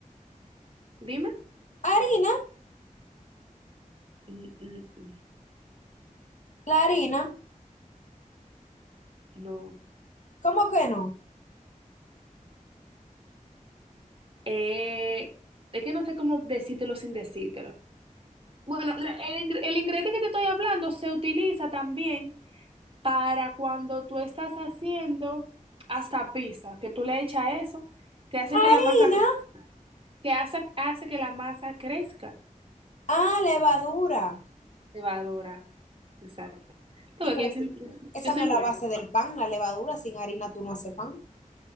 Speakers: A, on the right; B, on the left.
A: Dime.
B: ¿Harina?
A: N- n- n-
B: ¿La harina?
A: No.
B: ¿Cómo que no?
A: Eh, es que no sé cómo decírtelo sin decírtelo. Bueno, la- el, ingre- el ingrediente que te estoy hablando se utiliza también para cuando tú estás haciendo hasta pizza, que tú le echas eso, que hace
B: ¿Harina?
A: que la masa, cre- que hace, hace que la masa crezca.
B: Ah, levadura.
A: Cebadora. Exacto. Tú
B: Sí,
A: ves
B: pero
A: que yo, soy
B: tú- esa
A: yo soy
B: no es
A: buena.
B: la base del pan, la levadura. Sin harina tú no haces pan.